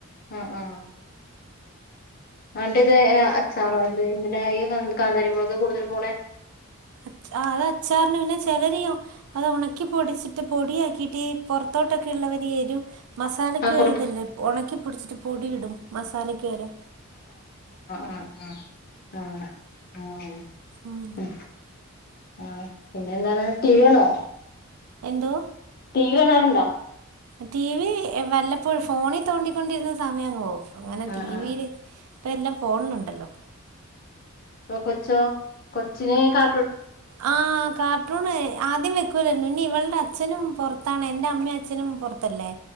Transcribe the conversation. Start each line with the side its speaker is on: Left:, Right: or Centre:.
Left: ആ ആ ആട്ടത് ആ ആ ചാറോ എ എന്തിന കാന്തരിമളക്കെ കൂടുതലും പോണ
Right: അച് ആ അത് അച്ചാറിന് പിന്നെ ചിലരോ അത് ഉണക്കി പൊടിച്ചിട്ട് പൊടിയാക്കിട്ട് പുറത്തോട്ടൊക്കെ ഉള്ള രു <unintelligible> മസാലക്
Left: ആഹ് കൊടുക്ക
Right: ഇതല്ലേ ഉണക്കിപ്പൊടിച്ചിട്ട് പൊടിയിടും മസാലക്യാരം
Left: ആഹ ആഹ ആഹ ആഹ
Right: ഉം
Left: ഉ ആ പിന്നെ എന്താണ് ടി വി ആണോ
Right: എന്തോ
Left: തീ കാണാറുണ്ടോ
Right: ടി വി വല്ലപ്പോഴ ഫോണിൽ തോണ്ടിക്കൊണ്ടിരുന്ന സമയം അങ്ങങ്ോവും അങ്ങനെ
Left: ആഹ്
Right: ടിവിയില്
Left: ആഹ്
Right: ഇപ്പ എല്ലാം ഫോണുണ്ടല്ലോ
Left: ഇപ്പൊ കൊച്ചോ കൊച്ചിനെ കാ
Right: ആഹ കാർട്ടൂണ് ആദ്യം വെക്കൂല നി ഇവളടെ അച്ഛനും പുറത്താണ് എന്റെ അമ്മയും അച്ഛനും പുൊറത്തല്ലേ